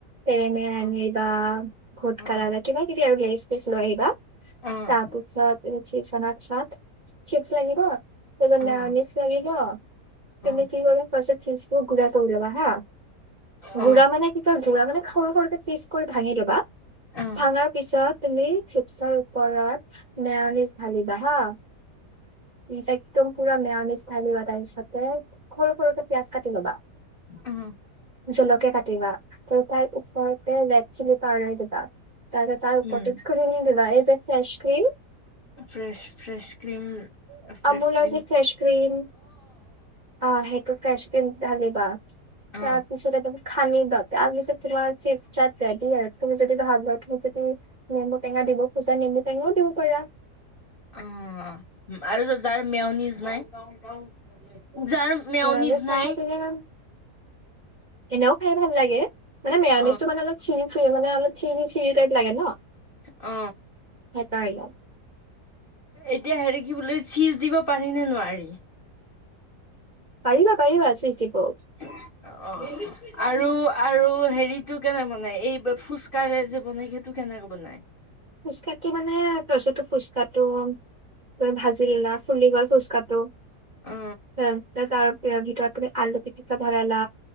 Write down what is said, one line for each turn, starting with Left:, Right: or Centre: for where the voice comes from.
Right: টেৰেমেৰে আনিবা
Left: অ'
Right: ভোট
Left: অ'
Right: কাৰ কিবা কিবি আৰু লেইজ ছ লৈ আহিবা,
Left: অ' অ'
Right: তাৰপিছত চিপছ অনাৰ পিছত চিপছ লাগিব তাৰপিছত
Left: অ'
Right: মেয়নিছ লাগিব
Left: অ'
Right: তুমি কি কৰিব চিপছবোৰ গুৰা কৰি ল'বা হাঁ,
Left: অ' অ'
Right: গুৰা মানে কি কয় গু়ৰা মানে সৰু সৰুকে পিচ কৰি ভাঙি ল'বা,
Left: অ'
Right: ভাঙাৰ ছত তুমি চিপছৰ ওপৰত মেয়নিচ ঢালিবা হাঁ একদম পুৰা মেয়নিছ ঢালিবা, তাৰ পিছতে সৰু সৰুকে পিয়াজ কাটি ল'বা
Left: আহ
Right: জলকীয়া কাটিবা ত তাৰ ওপৰতে ৰেড চিলি পাউদাৰ দিবা তাতে তাৰ উপৰতে
Left: উম,
Right: ক্ৰীম দিবা এই যে fresh cream
Left: fresh fresh cream fresh
Right: আমুলৰ
Left: ক্ৰীম
Right: যে ফ্ৰেছ ক্ৰীম অ' সেইটোত ফ্ৰেছ ক্ৰীম আনিবা
Left: অ'
Right: তাৰপিছত এটা সানিবা, তাৰপিছত তোমাৰ চিপ চাট ৰেডি আৰু তুমি যদি ভাল পোৱা তুমি যদি নেমু টেঙা দিব খোজা নেমু টেঙাও দিব পাৰা
Left: অ' আৰু যাৰ মেয়নিজ নাই। যাৰ মেয়নিজ
Right: <unintelligible>
Left: নাই
Right: এনেও খাই ভাল লাগে, মানে মেয়নিছটো
Left: অ',
Right: মানে অলপ চিনি চিলি মানে অলপ চিনি চিলি টাইপ লাগে ন।
Left: অ।
Right: নাই।
Left: এতিয়া হেৰি কি বোলো চিজ দিব পাৰিনে নোৱাৰি।
Right: পাৰিবা পাৰিবা চিজ দিব।
Left: <unintelligible> অ অ আৰু আৰু হেৰিটো কেনে বনাই এই ফুচকাৰে যে বনাই সেইটো। কেনেকে বনাই।
Right: ফুচকাটো মানে তাৰপিছতো ফুচকাটো তুমি ভাজি লা ফুলি গ'ল ফুচকাত
Left: অ',
Right: তাৰ ভিতৰত তুমি আলু পিটিকা ভৰালা